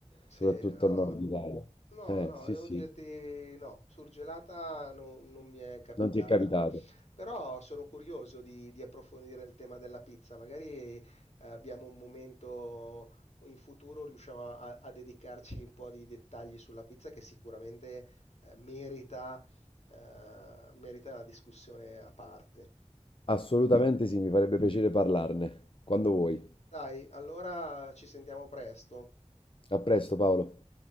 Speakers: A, on the left; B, on the left.
A: Sì,
B: soprattutto
A: no.
B: al nord Italia.
A: No,
B: Eh,
A: no,
B: sì,
A: devo
B: sì,
A: dirti no, surgelata no- non mi è capitata.
B: non ti è capitato.
A: Però sono curioso di, di approfondire il tema della pizza. Magari eh, abbiamo un momento in futuro, riusciamo a, a dedicarci un po' di dettagli sulla pizza che sicuramente eh, merita, eh, merita una discussione a parte.
B: Assolutamente sì, mi farebbe piacere parlarne, quando vuoi.
A: Dai, allora ci sentiamo presto.
B: A presto, Paolo.